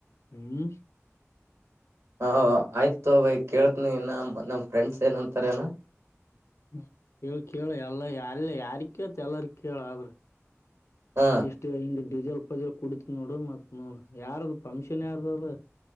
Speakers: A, on the left (about 65°); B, on the right (about 70°).
A: ಹ್ಮ್
B: ಹ ಆಯ್ತು ಬೈ ಕೇಳ್ತನಿ ನ ನಮ್ ಫ್ರೆಂಡ್ಸ್ ಏನಂತಾರನಾ
A: ಹ್ಮ ಹೇಳ ಕೇಳ ಎಲ್ಲ ಎಲ್ಲ ಯಾರಿಕತ ಎಲ್ಲಾರ ಕೇಳ ಆದ್ರ
B: ಹ
A: ಎಷ್ಟೇ ಹಂಗ <inaudible> ಡೀಜೆಲ್ ಪಜಲ್ ಕುಡತ್ ನೋಡು ಮತ್ ನೋಡ ಯಾರ್ದ ಪಂಕ್ಷನ್ ಯಾರ್ದ ಅದ